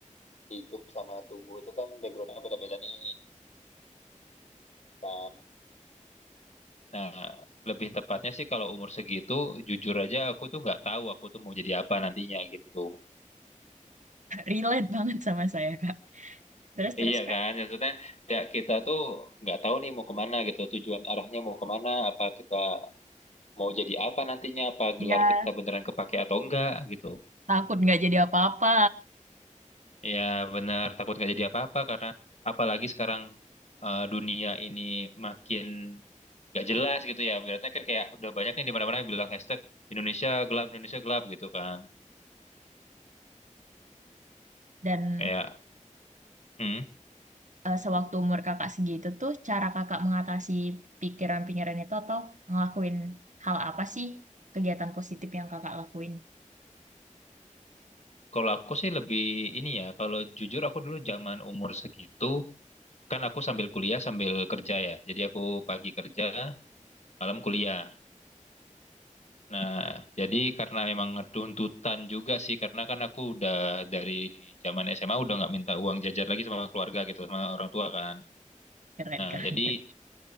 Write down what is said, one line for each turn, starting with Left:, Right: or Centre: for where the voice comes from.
Left: hidup sama tubuh itu kan backgroundnya beda-beda nih kan. Nah, lebih tepatnya sih kalau umur segitu, jujur aja aku tuh nggak tahu aku tuh mau jadi apa nantinya gitu.
Right: Relate banget sama saya, Kak. Terus-terus,
Left: Iya
Right: Kak.
Left: kan, maksudnya ya kita tuh nggak tahu nih mau kemana gitu, tujuan arahnya mau kemana, apa kita mau jadi apa nantinya, apa
Right: Ya,
Left: gelar kita beneran kepake atau enggak gitu.
Right: takut nggak jadi apa-apa.
Left: Ya benar, takut nggak jadi apa-apa karena apalagi sekarang eh, dunia ini makin nggak jelas gitu ya. Berarti kan kayak udah banyak nih di mana-mana yang bilang hashtag Indonesia gelap, Indonesia gelap gitu kan.
Right: Dan
Left: Kayak, hmm,
Right: eh, sewaktu umur kakak segitu tuh, cara kakak mengatasi pikiran-pikiran itu atau ngelakuin hal apa sih kegiatan positif yang kakak lakuin?
Left: kalau aku sih lebih ini ya, kalau jujur aku dulu zaman umur segitu kan aku sambil kuliah sambil kerja ya. Jadi aku pagi kerja, malam kuliah. Nah, jadi karena memang tuntutan juga sih, karena kan aku udah dari zaman SMA udah nggak minta uang jajar lagi sama keluarga gitu, sama orang tua kan.
Right: Keren,
Left: Nah,
Right: keren.
Left: jadi
Right: keren.